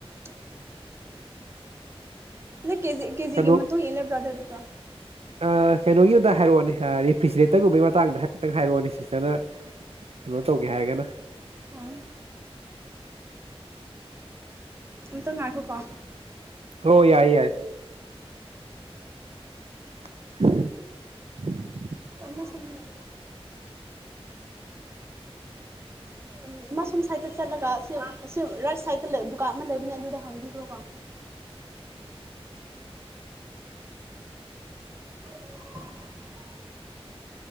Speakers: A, on the right; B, on the right.
A: <inaudible> ꯅꫭꯏ ꯀꯦꯖꯤ ꯀꯦꯖꯤꯒꯤ
B: ꯀꯩꯅꯣ
A: ꯃꯇꯨꯡ ꯏꯟꯂ‌ꯦ ꯕꯗ꯭ꫪ
B: ꯑꯩ ꯀꯩꯅꯣꯒꯤ ꯑꯗ ꯍꯥꯏꯔꯛꯑꯣꯅꯦ ꯔꯤꯐ꯭ꯔꯤꯖꯔꯦꯇꯔꯒꯨꯝꯕꯒꯤ ꯃꯇꯥꯡꯗ ꯍꯥꯏꯐꯦꯠꯇꯪ ꯍꯥꯏꯔꯛꯑꯣꯅꯦ ꯁꯤꯁꯇꯔꯅ ꯀꯩꯅꯣ ꯇꯧꯒꯦ ꯍꯥꯏꯒꯅ
A: ꯎꯝ ꯑꯝꯇ ꯉꯥꯏꯈꯣꯀꯣ
B: ꯍꫭ ꯌꯥꯏ ꯌꯥꯏ <unintelligible>
A: ꯏꯃ ꯁꫭꯝꯗ ꯂꯥꯎ ꯎꯝ ꯏꯃꯥ ꯁꯣꯝ ꯁꯥꯏꯗꯇ ꯆꯠꯂꯒ ꯑꯁꯤ ꯔꯥꯏꯠ ꯁꯥꯏꯇꯂ‌ꯦ ꯗꯨꯀꯥꯟ ꯑꯃ ꯂꯩꯕꯅꯦ ꯑꯗꯨꯗ ꯍꯪꯕꯤꯒꯔꯣ ꯀꯣ <unintelligible>